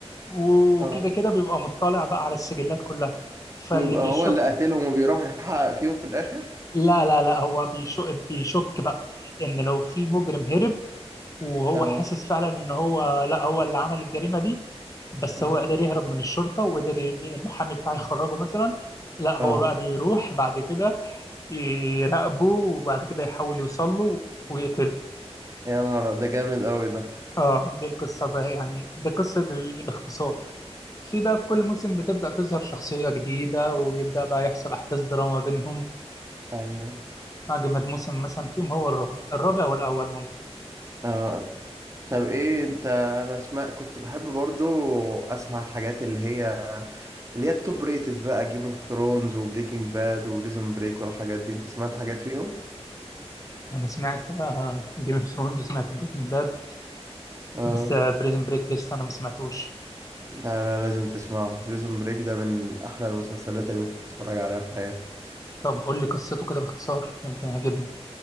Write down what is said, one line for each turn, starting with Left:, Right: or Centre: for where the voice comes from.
Left: وكده
Right: اه
Left: كده بيبقى مطلع بقى على السجلات كلها فاللي
Right: ويبقى
Left: بيشك
Right: هو اللي قاتلهم وبيروح يحقق فيهم في الاخر
Left: لا لا لا هو بيشك بيشك بقى ان لو في مجرم هرب وهو
Right: اه
Left: حاسس فعلا ان هو لا هو اللي عمل الجريمه دي بس
Right: اه
Left: هو قدر يهرب من الشرطه وقدر ي- المحامي بتاعه يخرجه مثلا لا هو
Right: اه
Left: بقى بيروح بعد كده يراقبه وبعد كده يحاول يوصل له ويقتله
Right: يا نهار أب- ده جامد قوي ده
Left: اه دي القصه بقى يعني دي قصه ال- باختصار في بقى في كل موسم بتبدا تظهر شخصيه جديده ويبدا بقى يحصل احداث دراما بينهم
Right: ايوه
Left: اجمد موسم مثلا فيهم هو الرابع الرابع والاول
Right: اه طب ايه انت انا اسمع كنت بحب برضو اسمع الحاجات اللي هي اللي هي التوب ريتد بقى جيم اوف ثرونز وبريكنج باد وريزون بريك والحاجات دي انت سمعت حاجات فيهم
Left: انا سمعت جيم اوف ثرونز سمعت بريكنج باد
Right: اه
Left: بس بريزن بريك لسه انا ما سمعتوش
Right: لا لا لازم تسمعه بريزون بريك ده من احلى المسلسلات اللي ممكن تتفرج عليها في حياتك
Left: طب قول لي قصته كده باختصار يمكن يعجبني